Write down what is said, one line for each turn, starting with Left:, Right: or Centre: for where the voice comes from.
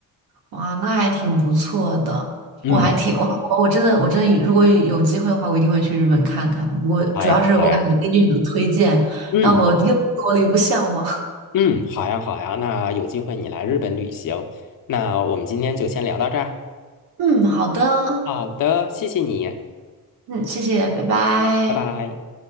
Right: 哇，那还挺不错的。
Left: 嗯，
Right: 我还挺我我真的我真的如果有机会的话，我一定会去日本看看。不过主要是我感觉根据你的推荐，
Left: 好呀，好呀，嗯
Right: 让我又多了一步向往。
Left: 嗯，好呀，好呀，那有机会你来日本旅行，那我们今天就先聊到这儿。
Right: 嗯，好的，
Left: 好的，谢谢你，
Right: 嗯，谢谢，拜拜。
Left: 拜拜。